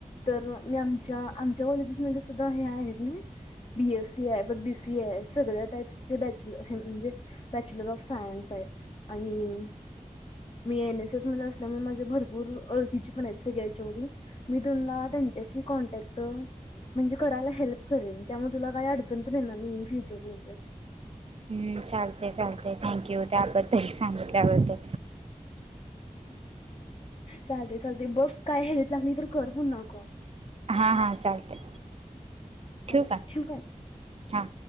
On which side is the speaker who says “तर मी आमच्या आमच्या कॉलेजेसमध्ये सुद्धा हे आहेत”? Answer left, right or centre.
Left